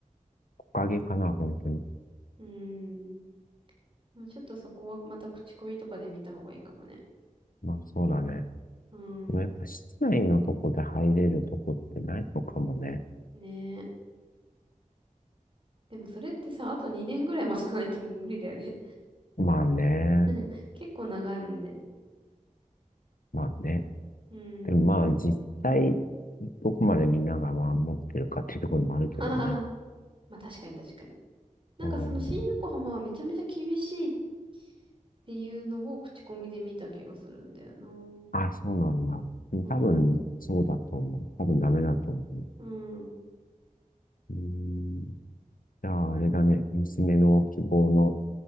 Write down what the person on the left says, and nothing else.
木陰かな、本当に。
まあそうだね。
でもやっぱ室内のとこで入れるとこってないのかもね。
まあね。
まあね。
でもまあ実際、どこまでみんながまあ持ってるかっていうところもあるけどね。
うん。
あ、そうなんだ。
多分、そうだと思う。多分ダメだと思う。
うーん。じゃあ、あれだね。娘の希望の